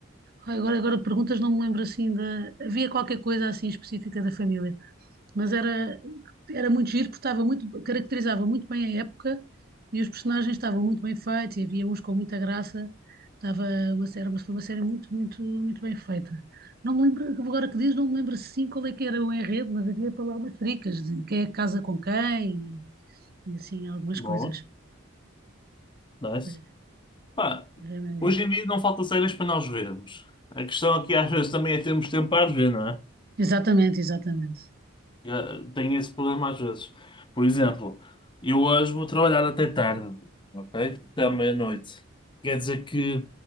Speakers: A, on the right; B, on the left.
A: Ai, Agora, agora perguntas, não me lembro assim da. Havia qualquer coisa assim específica da família, Mas era, era muito giro, porque estava muito, caracterizava muito bem a época e os personagens estavam muito bem feitos e havia uns com muita graça. Estava uma série, mas foi uma série muito, muito, muito bem feita. Não me lembro, agora que diz, não me lembro sim qual é que era o enredo, mas havia para lá umas tricas de quem é que casa com quem e, e assim algumas
B: Boa,
A: coisas.
B: nice.
A: É,
B: Pá,
A: é, é.
B: hoje em dia não falta séries para nós vermos. A questão aqui às vezes também é termos tempo para as ver, não é?
A: Exatamente, exatamente.
B: Eh, Tenho esse problema às vezes. Por exemplo, eu hoje vou trabalhar até tarde, ok? Até à meia-noite. Quer dizer que